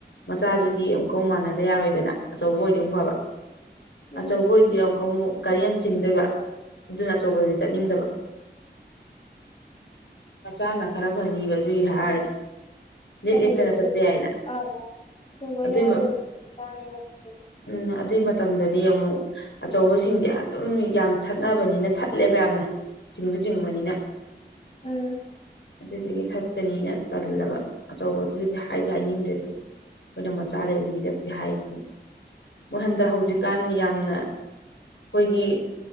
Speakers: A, on the left; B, on the left.
A: ꯃꯆꯥꯗꯨꯗꯤ ꯑꯃꯨꯛꯀꯥꯎ ꯃꯥꯟꯅꯗ ꯌꯥꯔꯣꯏꯗꯅ ꯑꯆꯧꯕ ꯑꯣꯏꯗꯤꯧ ꯐꯕ
B: ꯎꯝ
A: ꯑꯆꯧꯕ ꯑꯣꯏꯗꯤ ꯑꯃꯨꯛ ꯀꯉꯨꯛ ꯒꯥꯔꯤ ꯌꯥꯝ ꯆꯤꯟꯗꯣꯏꯕ ꯑꯗꯨꯅ ꯑꯆꯧꯕꯗꯨꯗꯤ ꯆꯠꯅꯤꯡꯗꯕ ꯃꯆꯥꯅ ꯈꯔ ꯐꯅꯤꯕ ꯑꯗꯨ ꯍꯥꯏꯔꯗꯤ ꯂꯤꯠ
B: ꯍꯥꯏ
A: ꯂꯤꯠꯇꯅ ꯆꯠꯄ ꯌꯥꯏꯅ
B: ꯑ ꯊꯕꯩ
A: ꯑꯗꯨꯏ
B: ꯍꯥꯏꯔ ꯇꯅꯦꯩ
A: ꯎꯝ ꯑꯗꯨꯏ ꯃꯇꯝꯗꯗꯤ ꯑꯃꯨꯛ ꯑꯆꯧꯕꯁꯤꯡꯗꯤ ꯑꯗꯨꯝ ꯌꯥꯝ ꯊꯠꯅꯕꯅꯤꯅ ꯊꯠꯂꯦꯕ ꯌꯥꯝꯅ ꯆꯤꯡꯁꯨ ꯆꯤꯡꯕꯅꯤꯅ
B: ꯎꯝ
A: ꯑꯗꯨꯗꯒꯤ ꯊꯠꯀꯅꯤꯅ ꯇꯜꯂꯕ ꯑꯆꯧꯕꯗꯨꯗꯗꯤ ꯍꯥꯏꯗꯤ ꯍꯥꯏꯅꯤꯡꯗ꯭ꯔꯦꯗꯨ ꯑꯩꯈꯣꯏꯅ ꯃꯆꯥ ꯂꯩꯕ ꯃꯤꯗꯕꯨꯗꯤ ꯍꯥꯏꯗꯦ ꯃꯍꯟꯗ ꯍꯧꯖꯤꯛꯀꯥꯟ ꯌꯥꯝꯅ ꯑꯩꯈꯣꯏꯒꯤ